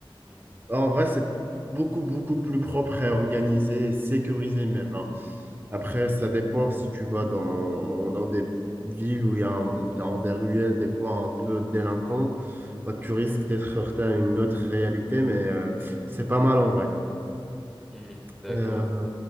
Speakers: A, in the centre; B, on the right (about 20°).
A: mhm,
B: En vrai, c'est beaucoup, beaucoup plus propre et organisé et sécurisé même. hein. Après, ça dépend si tu vas dans, dans des villes où il y a un- dans des ruelles, des coins un peu délinquants, bah, tu
A: mhm.
B: risques d'être heurté à une autre réalité, mais euh, c'est pas mal en vrai.
A: Hmm, d'accord.
B: Euh,